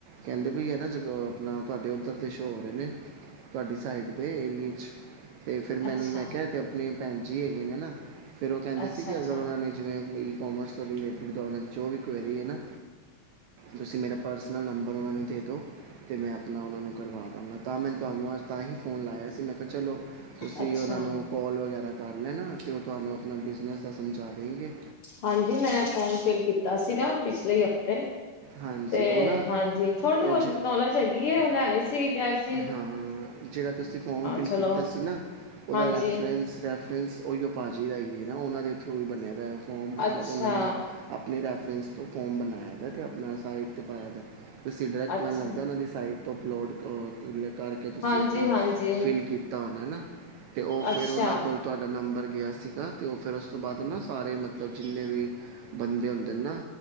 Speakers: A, on the right (about 75°); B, on the left (about 65°).
A: ਕੈਂਦੇ ਬਈ ਐ ਨਾ ਜਦੋਂ ਅ ਆਪਣਾ ਤੁਆਡੇ ਓਧਰ ਦੇ ਸ਼ੋ ਹੋ ਰੇ ਨੇ ਤੁਆਡੀ ਸਾਈਡ ਦੇ ਏਰੀਏ 'ਚ। ਤੇ ਫੇਰ
B: ਅੱਛਾ
A: ਮੈਨੂੰ ਮੈਂ ਕਿਆ ਏ ਤੇ ਆਪਣੇ ਭੈਣ ਜੀ ਹੈਗੇ ਨੇ ਨਾ ਫੇਰ ਓ ਕੈਂਦੇ
B: ਅੱਛਾ
A: ਸੀ ਕਿ
B: ਅੱਛਾ
A: ਅਗਰ ਓਨਾਂ ਨੇ ਜਿਵੇਂ ਵੀ ਈ ਕੋਮਰਸ ਤੋਂ ਰਿਲੇਟਿਡ ਤੁਆਡੇ ਨਾਲ ਜੋ ਵੀ ਕੁਐਰੀ ਏ ਨਾ ਤੁਸੀ ਮੇਰਾ ਪਰਸਨਲ ਨੰਬਰ ਓਨਾਂ ਨੂੰ ਦੇ ਦੋ ਤੇ ਮੈਂ ਆਪਣਾ ਓਨਾਂ ਨੂੰ ਕਰਵਾ ਦਾਂਗਾ ਤਾਂ ਮੈਂਨ ਤੁਆਨੂੰ ਅੱਜ ਤਾਂ ਹੀ ਫੋਨ ਲਾਇਆ ਸੀ ਮੈਂ ਤੇ ਚਲੋ ਤੁਸੀ
B: ਅੱਛਾ
A: ਓਨਾਂ ਨੂੰ ਕੋਲ ਵਗੈਰਾ ਕਰ ਲੈਣਾ ਤੇ ਓ ਤੁਆਨੂੰ ਆਪਣਾ ਬਿਜ਼ਨਸ ਦਾ ਸਮਝਾ ਦੇਂਗੇ।
B: ਹਾਂਜੀ, ਮੈਂ ਫੋਮ ਫਿਲ ਕੀਤਾ ਸੀਗਾ ਪਿਛਲੇ ਈ ਹਫ਼ਤੇ।
A: ਹਾਂਜੀ
B: ਤੇ
A: ਉਹ ਨਾ
B: ਹਾਂਜੀ ਥੋੜੀ-ਬੋਤੀ
A: ਉਹ ਜੇ
B: ਨੌਲੇਜ ਹੈਗੀ ਏ ਓ ਲੈਣੀ ਸੀ ਕੈ ਰੇ
A: ਹਾਂ, ਜੜਾ ਤੁਸੀ ਫੋਮ ਫਿਲ
B: ਚਲੋ
A: ਕੀਤਾ ਸੀ ਨਾ ਓਦਾ
B: ਹਾਂਜੀ
A: ਰੈਫਰੈਂਸ ਰੈਫਰੈਂਸ ਓਈ ਓ ਪਾਜੀ ਹੈਗੀ ਏ ਨਾ ਓਨਾਂ ਦੇ ਥਰੂ ਬਣਿਆ ਦੈ ਫੋਮ ਮਤਲਬ
B: ਅੱਛਾ
A: ਓਨਾਂ ਨੇ ਆਪਨੇ ਰੈਫਰੈਂਸ ਤੋਂ ਫੋਮ ਬਨਾਏਆ ਦੈ ਤੇ ਆਪਣਾ ਸਾਈਟ 'ਤੇ ਪਾਏਆ ਦੈ। ਤੁਸੀ ਡਰੈਕਟ
B: ਅੱਛਾ
A: ਮੈਨੂੰ ਲੱਗਦੈ ਓਨਾਂ ਦੀ ਸਾਈਡ ਤੋਂ ਅਪਲੋਡ ਅ ਕਿਦਲੇ ਕਰਕੇ ਤੁਸੀ
B: ਹਾਂਜੀ
A: ਆਪਣਾ
B: ਹਾਂਜੀ
A: ਫਿਲ ਕੀ ਤਾ ਹੋਨੈ ਨਾ ਤੇ ਓ ਫੇਰ
B: ਅੱਛਾ
A: ਓਨਾਂ ਕੋਲ ਤੋਆਡਾ ਨੰਬਰ ਗਿਆ ਸੀਗਾ ਤੇ ਓ ਫੇਰ ਓਸ ਤੋਂ ਬਾਦ ਨਾ ਸਾਰੇ ਮਤਲਬ ਜਿੰਨੇ ਵੀ ਬੰਦੇ ਹੁੰਦੇ ਨੇ ਨਾ